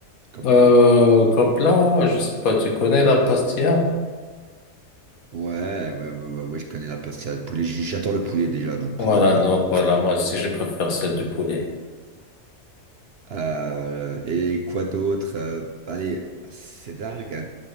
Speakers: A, on the right; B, on the left.
A: comme
B: Euh,
A: plat?
B: comme plat, je sais pas, tu connais la pastilla?
A: Ouais, ouais, ouais, ouais, ouais, je connais la pastilla de poulet, J- j'adore le poulet déjà, donc
B: Voilà,
A: euh, voilà.
B: donc voilà, moi aussi, je préfère celle de poulet.
A: Euh, et quoi d'autre? Euh, allez, c'est dingue, hein.